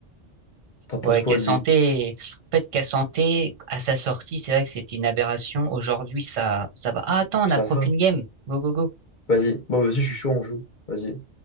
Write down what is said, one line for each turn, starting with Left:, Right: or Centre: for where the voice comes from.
Left: T'en penses
Right: ouais,
Left: quoi
Right: Cassante,
Left: de lui?
Right: en fait, Cassante, à sa sortie, c'est vrai que c'était une aberration. Aujourd'hui, ça, ça va. Ah, attends, on
Left: Ça
Right: n'a pro
Left: va.
Right: qu'une game. Go, go, go.
Left: Vas-y. Bon, bah, vas-y, je suis chaud, on joue. Vas-y.